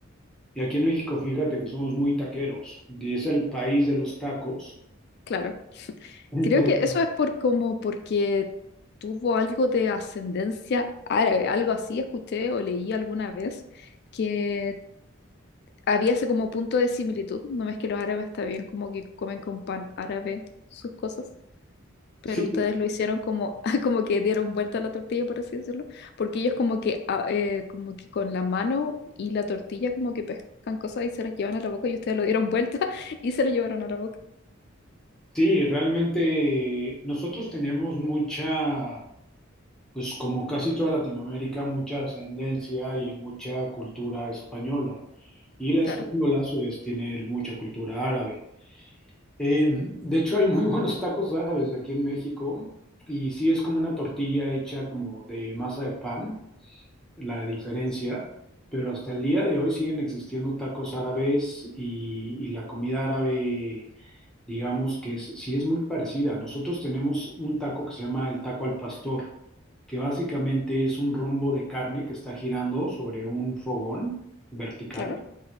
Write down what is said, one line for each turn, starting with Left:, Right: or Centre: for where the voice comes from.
Centre: Y aquí en México, fíjate que somos muy taqueros, y es el país de los tacos.
Left: Claro.
Centre: Entonces,
Left: Creo que eso es por como porque tuvo algo de ascendencia árabe, algo así escuché o leí alguna vez que había ese como punto de similitud. No ves que los árabes está bien como que comen con pan árabe sus cosas, pero
Centre: sí,
Left: ustedes lo hicieron como, <laughs> como que dieron vuelta a la tortilla, por así decirlo, porque ellos como que, ah, eh, como que con la mano y la tortilla como que pescan cosas y se las llevan a la boca y ustedes lo dieron vuelta <laughs> y se lo llevaron a la boca.
Centre: sí, realmente nosotros tenemos mucha, pues como casi toda Latinoamérica, mucha ascendencia y mucha cultura española. Y la española,
Left: Claro,
Centre: a su vez, tiene mucha cultura árabe. Eh, de hecho, hay muy buenos tacos árabes aquí en México y sí es como una tortilla hecha como de masa de pan, la diferencia, pero hasta el día de hoy siguen existiendo tacos árabes y, y la comida árabe, digamos que es, sí es muy parecida. Nosotros tenemos un taco que se llama el taco al pastor, que básicamente es un rombo de carne que está girando sobre un fogón vertical.
Left: claro.